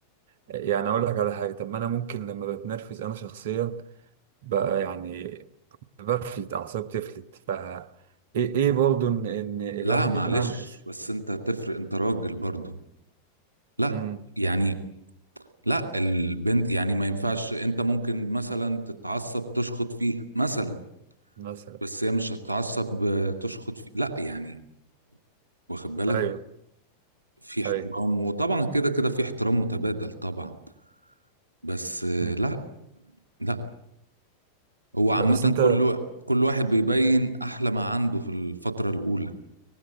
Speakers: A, on the right (about 55°); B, on the right (about 80°).
A: يعني اقول لك على حاجه طب ما انا ممكن لما بتنرفز انا شخصيا بقى يعني بفلت اعصابي بتفلت ف ايه ايه برضه ان ان الواحد
B: لا معلش
A: يكون عامل حساب
B: بس انت تفرق انت راجل برضو لا
A: امم
B: يعني لا البنت يعني ما ينفعش انت ممكن مثلا تتعصب تشخط فيها مثلا
A: مثلا
B: بس هي مش هتتعصب آه، تشخط فيه لا يعني واخد بالك
A: ايوه
B: في احترام
A: ايوه
B: وطبعا كده كده في احترام متبادل طبعا بس آه،
A: امم
B: لا لا هو
A: لا
B: عامة
A: بس انت
B: كله كل واحد بيبين أحلى ما عنده في الفترة الأولى